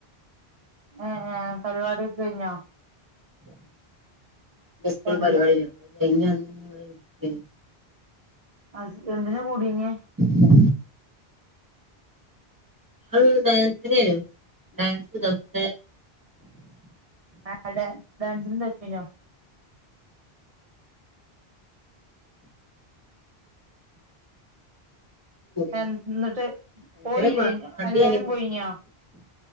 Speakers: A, on the right (about 35°); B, on the right (about 20°).
A: ഏഹ് പരിപാടിക്കെ കഴിഞ്ഞോ
B: സ്കൂൾ
A: എന്തിന്
B: പരിപാട്യയ്ഞ്ഞു അപ്പ അത് കഴിഞ് വന്ന് ങ്ങനെ ഇവടെ ഇരിക്കെയ്ഞ്ഞു
A: അഹ് എന്തിനാ കൂട്ടീനേ
B: <inaudible> അവള് ഡാൻസിനേനു ഡാൻസ് ദഫ്
A: ആഹ് ഡേ ഡാൻസിനും ദേഫിനോ
B: കൂടീനു.
A: അൻ ന്നട്ട്
B: ഭയങ്കര
A: പോയില്ലേനോ
B: മ മടിയേനി
A: എല്ലാരും പോയിനോ